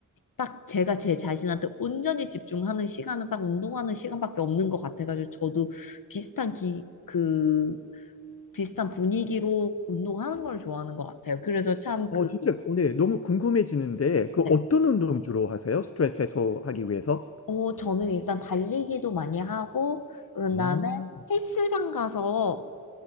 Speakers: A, on the left; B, on the left.
A: 딱 제가 제 자신한테 온전히 집중하는 시간은 딱 운동하는 시간밖에 없는 것 같아가지고 저도 비슷한 기, 그 비슷한 분위기로 운동하는 걸 좋아하는 것 같아요. 그래서 참
B: 어,
A: 그,
B: 진짜 오늘 너무 궁금해지는데 그 어떤
A: 네.
B: 운동 주로 하세요? 스트레스 해소하기 위해서?
A: 어, 저는 일단 달리기도 많이 하고 그런 다음에
B: 아.
A: 헬스장 가서